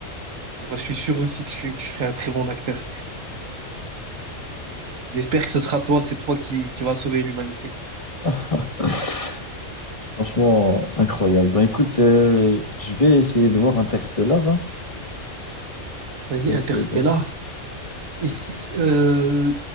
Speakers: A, on the right; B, on the left.
A: Bah, je suis sûr aussi que je, suis- que je serai un très bon acteur. J'espère que ce sera toi, c'est toi qui, qui va sauver l'humanité.
B: <laughs> Franchement, incroyable. Bah écoute, euh, je vais essayer de voir Interstellar. hein.
A: Vas-y,
B: J'ai essayé
A: Interstellar.
B: de voir.
A: Et si- si- euh,